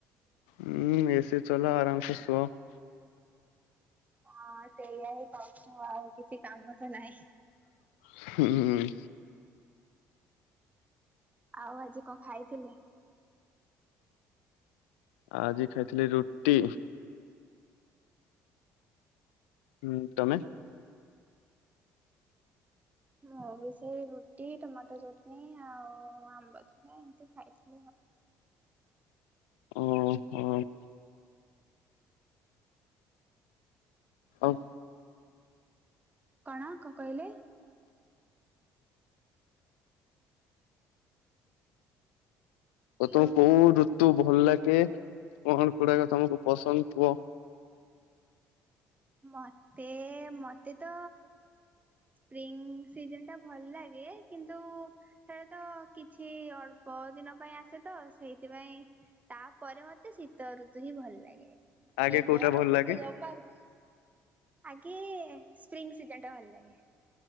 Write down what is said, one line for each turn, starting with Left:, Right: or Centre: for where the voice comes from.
Left: ହୁଁ ଏସି ଚଲାଅ ଆରାମସେ ଶୁଅ।
Right: ହଁ ସେଇଆ ହିଁ କରୁଛୁ ଆଉ କିଛି କାମ ତ ନାହିଁ।
Left: ହୁଁ ହୁଁ।
Right: ଆଉ ଆଜି କଣ ଖାଇଥିଲେ?
Left: ଆଜି ଖାଇଥିଲି ରୁଟି। ହୁଁ ତମେ ।
Right: ମୁଁ ବି ସେ ରୁଟି, ଟମାଟୋ ଚଟନି ଆଉ ଆଉ ଆମ୍ବ <unintelligible> ଖାଇଥିଲି ।
Left: ଓ ହୋ ଆଉ
Right: କଣ କ କହିଲେ? ହ୍ୟାଲୋ।
Left: ଆଉ ତମକୁ କୋଉ ଋ ତୁ ଭଲ ଲାଗେ କୋଉ ଋତୁ ଟା ତମକୁ ପସନ୍ଦ କୁହ।
Right: ମତେ ମତେ ତ ସ୍ପ୍ରିଙ୍ଗ ସିଜନ ଟା ଭଲ ଲାଗେ କିନ୍ତୁ ସେଟା ତ କିଛି ଅଳ୍ପ ଦିନ ପାଇଁ ଆସେ ତ ସେଇଥିପାଇଁ ତାପରେ ମତେ ଶୀତ ଋତୁ ହିଁ ଭଲ ଲାଗେ।
Left: ଆଗେ
Right: ଏ
Left: କୋଉଟା
Right: ଗରମରେ
Left: ଭଲ ଲାଗେ?
Right: ତ ଜମାରୁ ଆଗେ ସ୍ପ୍ରିଙ୍ଗ ସିଜନ ଟା ଭଲ ଲାଗେ।